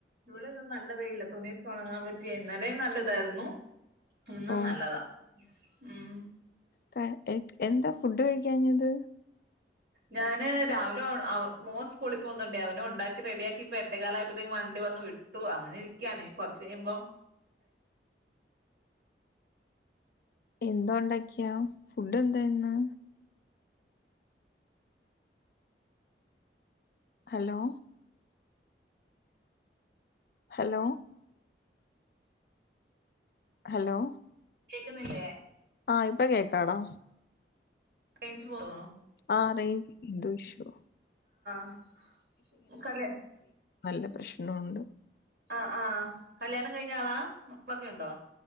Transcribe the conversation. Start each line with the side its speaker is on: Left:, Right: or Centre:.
Right: ഇവിടെന്നും നല്ല പെയില തുണിയ ഉണങ്ങാൻ പറ്റിയ ഇന്നലേ നല്ലതായിരുന്നു ഇന്നും
Left: ഓ
Right: നല്ലതാ ഉം
Left: ക- എ- എന്താ ഫുഡ് കഴിക്കാഞ്ഞത്
Right: ഞാന് രാവിലെ മോൻ സ്കൂളിൽ പോകുന്നുണ്ടേ അവനും ഉണ്ടാക്കി റെഡി ആക്കിപ്പോ എട്ടക്കാലയപ്പോത്തേക്കും വണ്ടി വന്നു വിട്ടു അങ്ങനെ ഇരിക്കാണ് കൊറച്ച് കഴിയുമ്പോ
Left: എന്താ ഉണ്ടാക്കിയാ ഫുഡ് എന്താ ഇന്ന് ഹലോ ഹലോ ഹലോ
Right: കേക്കുന്നില്ലേ
Left: ആ ഇപ്പൊ കേക്കാടാ
Right: റേയ്ജ് പോയോ
Left: ആറ ദുഷോ
Right: ആഹ് കല്
Left: നല്ല പ്രശ്നമുണ്ട്
Right: ആ ആഹ് കല്യാണം കഴിഞ്ഞ ആളാ മക്കളൊക്കെ ഉണ്ടോ